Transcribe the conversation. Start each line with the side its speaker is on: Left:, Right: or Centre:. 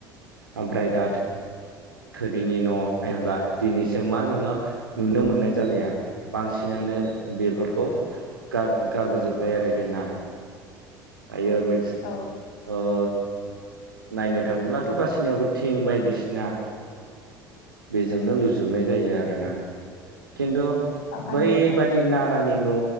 Right: ओमफ्राय दा थोरिनि न नायब्ला दिनैसिम मा जोङो नुनो मोननाय जालिया बांसिनानो बेफोरखौ गार-गारबोजोब्बाय आरोखि ना <unintelligible> मेक्स
Left: औ
Right: ओ नायनो थाङोब्लाथ गासिनियाबो थिं बायदिसिना बेजोंनो लुजोबनाय जायो आरोना खिन्थु
Left: पाकानि
Right: बैबादि
Left: न'
Right: नारानि न,